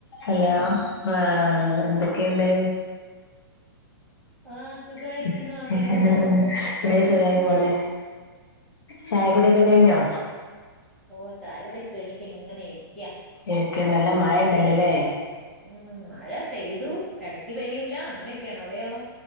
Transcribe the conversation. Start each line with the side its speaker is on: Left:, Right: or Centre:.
Left: Hello ബാ എന്തൊക്കെയിണ്ട്
Centre: ആ സുഖായിരിക്കുന്നു
Left: <inaudible>
Centre: അവിടെയോ
Left: ഇവിടെ സുഖായി പോണേ ചായക്കുട്യൊക്കെ കഴിഞ്ഞോ?
Centre: ഓ ചായ കുട്യൊക്കെ കഴിഞ്ഞിട്ട് ഇങ്ങനെ ഇരിക്ക്യ
Left: ഇരിക്ക്യേ നല്ല മഴ ണ്ടല്ലോല്ലേ
Centre: ഉം മഴ പെയ്തു എടക്ക് പെയ്യൂല അങ്ങനൊക്കെയാണ് അവിടെയോ